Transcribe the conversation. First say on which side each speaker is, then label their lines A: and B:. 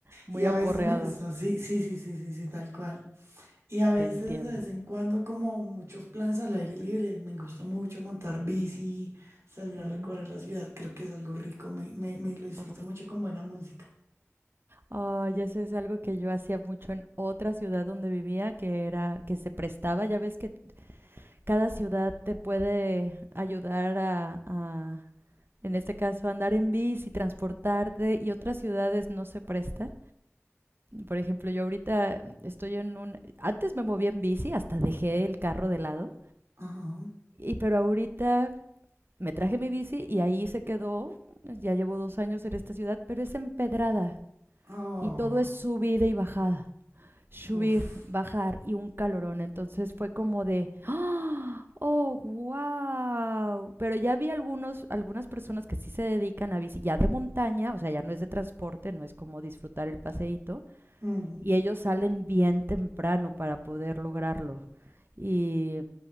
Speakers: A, on the right; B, on the right.
A: Muy
B: Y a
A: aporreado,
B: veces me cuesta, sí, sí, sí, sí, sí, sí, tal cual. Y a veces
A: te entiendo.
B: de vez en cuando como muchos planes al aire libre, me gusta mucho montar bici, salir a
A: Mm,
B: recorrer la ciudad, creo que es algo rico, me, me, me lo disfruto
A: uf.
B: mucho con buena música.
A: Ay, eso es algo que yo hacía mucho en otra ciudad donde vivía, que era que se prestaba. Ya ves que cada ciudad te puede ayudar a, a, en este caso, andar en bici, transportarte, y otras ciudades no se prestan. Por ejemplo, yo ahorita mm, estoy en un... Antes me movía en bici, hasta dejé el carro de lado,
B: Ajá.
A: y pero ahorita Me traje mi bici y ahí se quedó. Ya llevo dos años en esta ciudad, pero es empedrada
B: Oh,
A: y todo es subida y bajada. Subir,
B: uff.
A: bajar y un calorón. Entonces fue como de. <gasps> ¡Ah! ¡Oh, wow! Pero ya vi algunos, algunas personas que sí se dedican a bici ya de montaña, o sea, ya no es de transporte, no es como disfrutar el paseíto,
B: Mm,
A: y ellos salen bien temprano para poder lograrlo. Y,